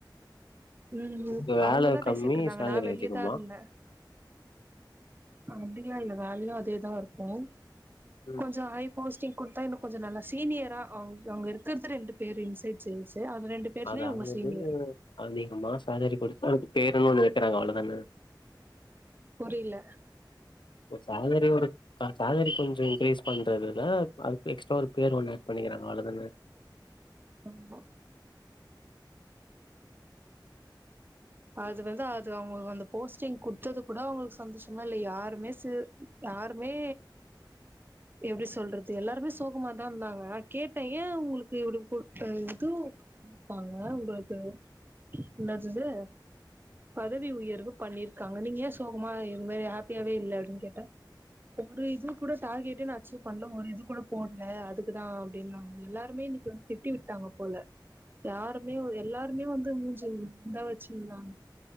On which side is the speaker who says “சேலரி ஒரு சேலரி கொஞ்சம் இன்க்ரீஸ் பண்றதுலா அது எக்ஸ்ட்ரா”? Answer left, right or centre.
Left